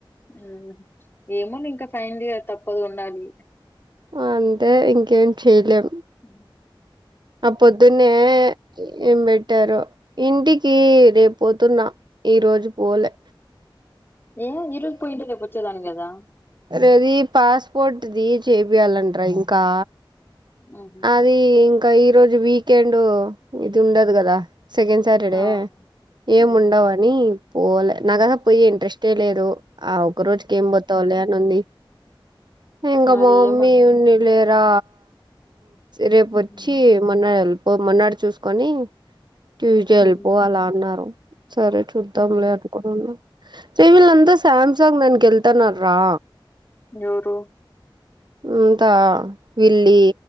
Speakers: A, on the left; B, on the right.
A: ఊ ఏమోలే ఇంక ఫైన్లియర్ తప్పదు ఉండాలి
B: అంతే ఇంకేం చెయ్ లేం
A: ఊ
B: ఆ పొద్దున్నే ఏం పెట్టారో ఇంటికి రేపు పోతున్నా ఈ రోజు పోలే
A: ఏ ఈ రోజు పొయ్యుంటే రేపు వచ్చేదానివి కదా
B: రేది పాస్ పోర్టుది చేపియాలంటరా ఇంకా
A: ఊహూ
B: ది ఇంకా ఈ రోజు వీకెండు ఇది ఉండదు కదా సెకండ్ సాటర్డే
A: ఆ
B: ఏం
A: ఉమ్.
B: ఉండవా నీ పోలే నాకు అస పొయ్యే ఇంట్రెస్టే లేదు ఆ ఒక రోజుకి ఏం పోతావులే అని ఉంది ఇంక
A: మరి
B: మ మామ్మీ
A: ఏమ
B: ఉన్నీలే రా రేపొచ్చి
A: ఉమ్,
B: మొన్నాడు ఎళ్ళిపో మొన్నాడు చూసుకొని ట్యూస్డే ఎళ్ళిపో
A: ఉమ్,
B: అలా అన్నారు సరే చూద్దాంలే
A: ఉహు.
B: అనుకున్నా రేయ్ వీళ్ళంతా సామ్సంగ్ దానికి ఎళ్తాన్నారు రా
A: ఎవురు
B: ఇంత విల్లి